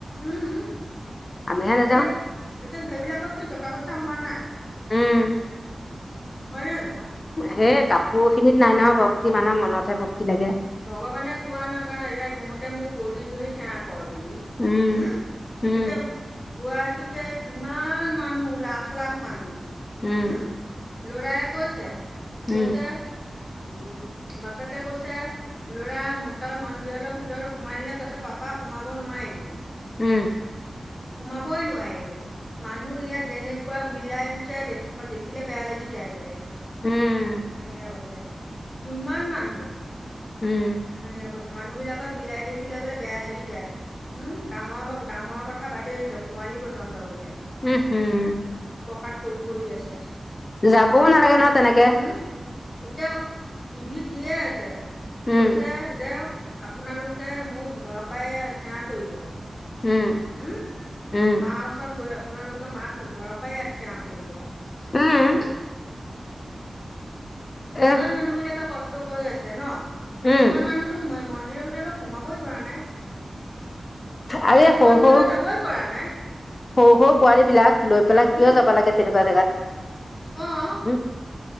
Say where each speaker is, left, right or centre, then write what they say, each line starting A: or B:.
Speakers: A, on the left (about 25°); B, on the left (about 45°).
A: উম উম,
B: আমিহে নাযাওঁ
A: এতিয়া এতিয়া সেইবিলাকৰ কি টকা পইচা হোৱা নাই?
B: উম।
A: হয় নে নহয়?
B: সেই কাপোৰখিনিত নাই ন ভক্তি মানুহৰ মনতহে ভক্তি লাগে।
A: ভগৱানে কোৱা নাই যাই যে তহঁতে মোক কৰি ধৰি সেৱা কৰ বুলি,
B: উম,
A: হুম
B: উম,
A: এতিয়া গুৱাহাটীতে কিমান মানুহ, লাখ লাখ মানুহ,
B: উম,
A: হুম? লৰাই কৈছে
B: উম,
A: কৈছে আ উম বাপেকে কৈছে লৰা মাতা মন্দিৰৰ ভিতৰত সোমাইলে কৈছে পাপা সোমাব নোৱাৰিলো।
B: উম।
A: সোমাবই নোৱাৰিলো, মানুহ ইয়াত যেনে কোৱা বিলাই সুচাই দেখ বা বা দেখিলে বেয়া লাগি যায় বোলে,
B: উম,
A: এনেকে কৈছে। কিমান মানুহ।
B: উম।
A: এনে কৈছে, মানুহবিলাকৰ বিলাই দেখিলে বোলে বেয়া লাগি যায়। হুম, ডাঙৰ বা ডাঙৰ কথা বাদেই দিছো পোৱালি পৰ্যন্ত বোলে।
B: উম হম।
A: পকাত পৰি পৰি আছে।
B: যাবও নালাগে নহয় তেনেকে।
A: হম এতিয়া টিভিত দিয়ে আছে।
B: উম,
A: কৈছে যে আপোনালোকে মোক ঘৰৰ পৰাই সেৱা কৰিব।
B: উম।
A: উম,
B: উম,
A: মা ওচৰত গৈ আপোনালোক ত' মাক ঘৰৰ পৰাই সেৱা কৰিব, হুম।
B: উম, এহ,
A: ইমান মানুহবিলাকে কষ্ট কৰি আছে ন,
B: উম,
A: কিছুমান মানুহ টো মই মন্দিৰৰ ভিতৰলৈ সোমাবই পৰা নাই।
B: আৰে
A: মেন
B: সৰু
A: মন্দিৰলৈ
B: সৰু
A: যাবই পৰা নাই।
B: সৰু সৰু পোৱালীবিলাক লৈ পেলাই কিয়
A: উম
B: যাব লাগে তেনেকুৱা জাগাত হুম?
A: অ